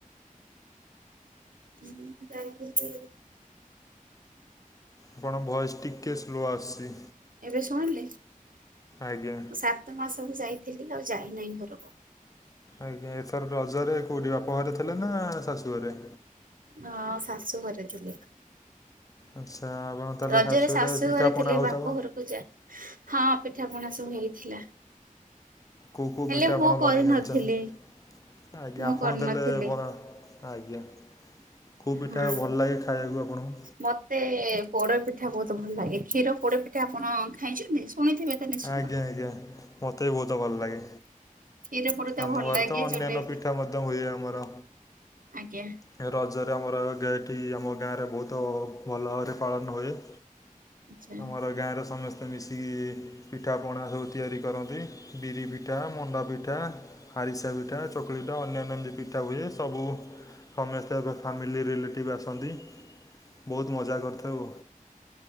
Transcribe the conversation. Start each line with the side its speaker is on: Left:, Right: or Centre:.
Right: ହଁ ଯାଇଥିଲି
Left: ଆପଣ ଭଏସ୍ ଟିକେ ସ୍ଲୋ ଆସୁଛି।
Right: ଏବେ ଶୁଣିଲେ,
Left: ଆଜ୍ଞା
Right: ମୁଁ ସାତ ମାସ ହେଲା ଯାଇଥିଲି ଆଉ ଯାଇନାହିଁ ଘରକୁ।
Left: ଆଜ୍ଞା ଏଥର ରଜରେ କୋଉଠି ବାପା ଘରେ ଥିଲେ ନା ଶାଶୁ ଘରେ?
Right: ହଁ ଶାଶୁ ଘରେ ଥିଲି।
Left: ଆଚ୍ଛା ଆପଣ ତାହେଲେ
Right: ରଜରେ ଶାଶୁ
Left: ପିଠାପଣା
Right: ଘରେ ଥିଲି
Left: ହେଉଥିବ
Right: ବାପ ଘରକୁ ଯାଇ ହଁ ପିଠାପଣା ସବୁ ହେଇଥିଲା।
Left: କୋଉ କୋଉ
Right: ହେଲେ
Left: ପିଠା ଆପଣ
Right: ମୁଁ କରିନଥିଲି
Left: ବନେଇ ଜାଣିଛନ୍ତି? ଆଜ୍ଞା
Right: ମୁଁ
Left: ଆପଣ
Right: କରିନଥିଲି।
Left: ତାହେଲେ ବଡ ଆଜ୍ଞା। କେଉଁ ପିଠା
Right: ହଁ
Left: ଭଲ ଲାଗେ ଖାଇବାକୁ ଆପଣଙ୍କୁ
Right: ମତେ ପୋଡ ପିଠା ବହୁତ ଭଲ ଲାଗେ, କ୍ଷୀର ପୋଡ଼ ପିଠା ଆପଣ ଖାଇଛନ୍ତି? ଶୁଣିଥିବେ ତ ନିଶ୍ଚିନ୍ତ
Left: ଆଜ୍ଞା ଆଜ୍ଞା ମତେ ବି ବହୁତ ଭଲ ଲାଗେ।
Right: କ୍ଷୀର ପୋଡ ତ
Left: ଆମ
Right: ଭଲ
Left: ଘରେ
Right: ଲାଗେ
Left: ତ ଅନ୍ୟାନ୍ୟ
Right: ଯୋଉଟା
Left: ପିଠା
Right: କି
Left: ମଧ୍ୟ ହୁଏ। ଆମର
Right: ଆଜ୍ଞା
Left: ଏ ରଜରେ ଆମର ଗେ ସେଠି ଆମ ଗାଁରେ ବହୁତ ଭଲରେ ପାଳନ ହୁଏ।
Right: ଆଚ୍ଛା।
Left: ଆମର ଗାଁରେ ସମସ୍ତେ ମିଶିକି ପିଠାପଣା ତିଆରି କରନ୍ତି। ବିରି ପିଠା, ମଣ୍ଡା ପିଠା ଆରିସା ପିଠା, ଚକୁଳି ପିଠା, ଅନ୍ୟାନ୍ୟ ଏମିତି ପିଠା ହୁଏ। ସବୁ ସମସ୍ତେ ଫ୍ୟାମିଲି ରିଲେଟିଭ୍ ଆସନ୍ତି ବହୁତ ମଜା କରିଥାଉ।